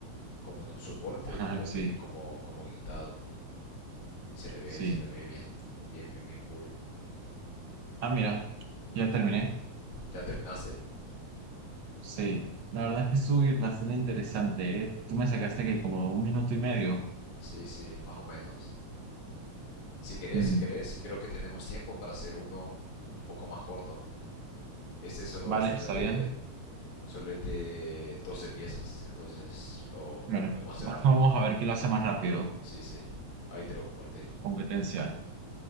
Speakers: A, on the left; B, on the right.
A: como en un soporte
B: Ajá,
A: y lo
B: sí,
A: tiene como, como guindado. Se le ve,
B: sí.
A: se le ve bien, bien, bien, bien cool.
B: Ah, mira, ya terminé.
A: ¿Ya terminaste?
B: Sí, la verdad es que estuvo bastante interesante, ¿eh? Tú me sacaste que como un minuto y medio.
A: Sí, sí, más o menos. Si querés,
B: Mm,
A: si querés, creo que tenemos tiempo para hacer uno un poco más corto. Este solo,
B: Vale,
A: solo
B: está
A: es de,
B: bien.
A: solo es de 12 piezas, entonces lo, lo
B: Bueno,
A: podemos
B: <laughs>
A: hacer rápido.
B: vamos a ver quién lo hace más rápido.
A: Sí, sí, ahí te lo compartí.
B: Competencia.